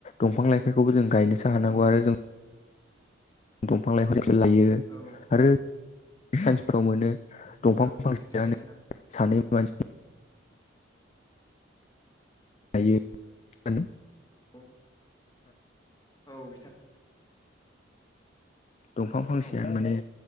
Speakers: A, on the left; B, on the left.
A: दंफां लाइफांखौबो जों गायनोसो हानांगौ
B: नंगौ
A: आरो
B: नंगौ
A: जों
B: बिथां
A: दंफां लाइफां <unintelligible> लायो
B: औ
A: आरो मानसिफोरनाव मोनो दंफां
B: औ ओंखायनोसो
A: फांसेयानो
B: गायना होनांगोन
A: सानै मानसि <unintelligible>
B: औ औ बिथां
A: दंफां फांसेआनो
B: औ
A: माने